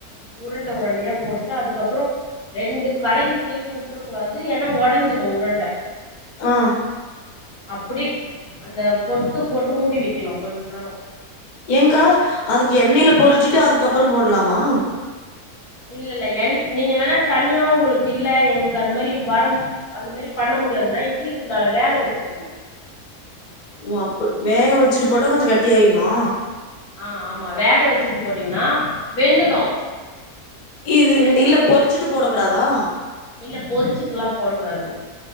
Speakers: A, on the left; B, on the left.
A: உருண்ட உருண்டியா போட்டுட்டு அதுக்கப்புறோ ரெண்டு கலக்கி கிலக்கி உட்ற கூடாது ஏனா ஒடஞ்சிடு உருண்ட
B: ஆ
A: அப்புடி அந்த கொத்து போட்டு மூடி வைக்கணு கொஞ்ச நேரோ
B: ஏன்க்கா அதுக்கு எண்ணெய்ல பொறிச்சுட்டு அதுக்கப்புறோ போட்லாமா
A: இல்லல்ல எண் நீங்க வேணா தனியா உங்குளுக்கு இல்ல எங்ளுக்கு அது மாரி வர அந்த மாரி பண்ண முடியாதுனா இட்லி குண்டால வேக வச்சிடுங்க
B: ஓ அப்புட் வேக வச்சுட்டு போட்டா கொஞ்சோ கட்டி ஆய்ருமா
A: ஆ ஆமா வேக வச்சுட்டு போட்டீங்னா வெந்துடு
B: இது எண்ணெய்ல
A: வெந்துட்டு
B: பொறிச்சுட்டு போட கூடாதா
A: இல்ல பொறிச்சுட்டுல்லா போடக்கூடாது